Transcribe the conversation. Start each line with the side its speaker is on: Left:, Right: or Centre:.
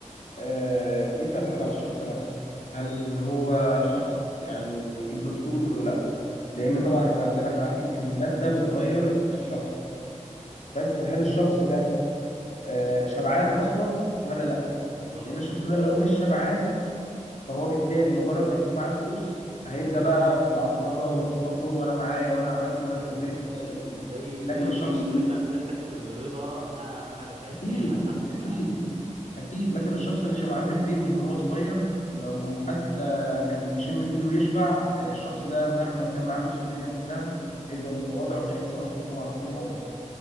Left: آه، دي بتعتمد على الشخص نفسه هل هو شخص يعني ابن اصول ولا لا لان طبعا احنا زي ما احنا عارفين ان الماده بتغير الشخص بس هل الشخص ده آه، شبعان اصلا ولا لا
Right: بالظبط
Left: لان الشخص ده لو مش شبعان فهو بالتالي مجرد ما يكون معاه الفلوس هيبدا بقى في العنطزه والتكبر وانا معايا وانا عملت وانا
Right: أيوه
Left: سويت
Right: أيوه
Left: والكلام ده كله
Right: زي زي
Left: لكن الشخص
Right: ما اتكلمنا قبل كده في حتة الرضا إنها أهم حاجة فعلا
Left: اكيد
Right: هي اللي هتحدد كل
Left: اكيد
Right: حاجة
Left: اكيد لكن الشخص اللي شبعان من بيته من وهو صغير لو حتى كان بيشم ايده يشبع الشخص ده مهما كان معاه فلوس الدنيا كلها هيفضل متواضع ومش هينسى اصله طبعا طول عمره